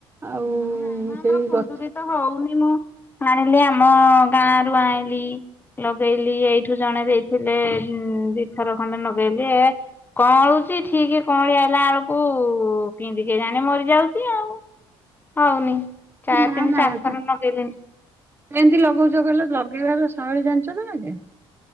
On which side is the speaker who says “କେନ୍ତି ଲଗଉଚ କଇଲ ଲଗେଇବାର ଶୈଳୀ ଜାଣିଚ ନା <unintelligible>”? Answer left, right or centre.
Right